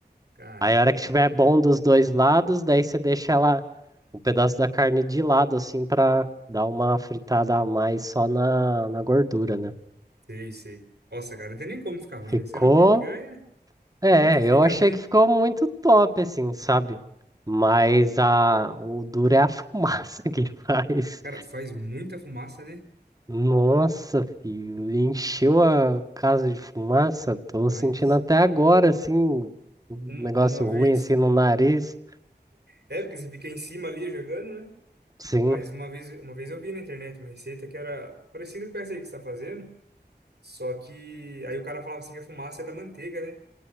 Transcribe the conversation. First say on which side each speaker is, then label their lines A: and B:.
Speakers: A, on the right; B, on the right.
A: Caramba.
B: Aí a hora que tiver bom dos dois lados, daí você deixa ela um pedaço da carne de lado, assim, pra dar uma fritada a mais só na, na gordura, né?
A: Sei, sei. Nossa, cara, não tem nem como ficar ruim,
B: Ficou.
A: né? Sendo picanha,
B: É,
A: como que fica
B: eu achei
A: ruim?
B: que ficou muito top, assim, sabe? Mas a... o duro é a <laughs> fumaça que faz.
A: Cara, faz muita fumaça, né?
B: Nossa, filho, encheu a casa de fumaça. Tô
A: Faz.
B: sentindo até agora, assim, um
A: Uma,
B: negócio
A: uma vez.
B: ruim, assim, no nariz.
A: É, porque você fica em cima ali jogando, né?
B: Sim.
A: Mas uma vez, uma vez eu vi na internet uma receita que era parecida com essa aí que você está fazendo, só que aí o cara falava assim que a fumaça é da manteiga, né?